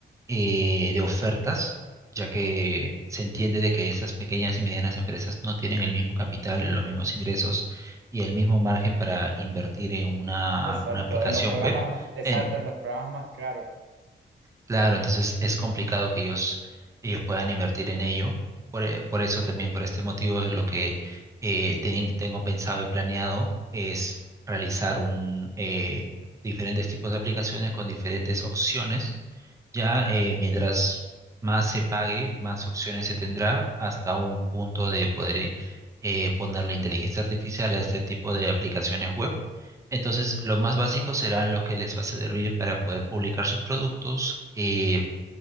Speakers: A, on the right; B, on the right.
A: eh, de ofertas, ya que se entiende de que esas pequeñas y medianas empresas no tienen el mismo capital, los mismos ingresos y el mismo margen para invertir en una,
B: Exacto,
A: una aplicación
B: en los programas
A: web.
B: más, exacto,
A: En,
B: en los programas más caros.
A: claro, entonces es complicado que ellos, ellos puedan invertir en ello. Por, e- por eso también, por este motivo, es lo que eh, ten- tengo pensado y planeado es realizar un, eh, diferentes tipos de aplicaciones con diferentes opciones ya, eh, mientras más se pague, más opciones se tendrá hasta un punto de poder eh, eh, poner la inteligencia artificial a este tipo de aplicaciones web. Entonces, los más básicos serán los que les va a servir para poder publicar sus productos, eh,